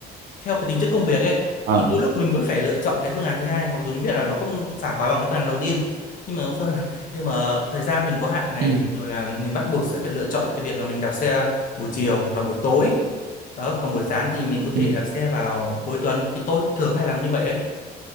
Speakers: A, on the left; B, on the right.
A: theo cái tính chất công việc ấy
B: ờ
A: thì đôi lúc mình vẫn phải lựa chọn cái phương án thứ hai mặc dù mình biết là nó không sảng khoái bằng cái phương án đầu tiên nhưng mà phương <laughs> nhưng mà thời gian mình có hạn này
B: ừ
A: rồi là mình bắt buộc sẽ phải lựa chọn cái việc là mình đạp xe buổi chiều hoặc là buổi tối đó, còn buổi sáng thì mình có thể
B: ừ
A: đạp xe vào cuối tuần thì tôi thường hay làm như vậy đấy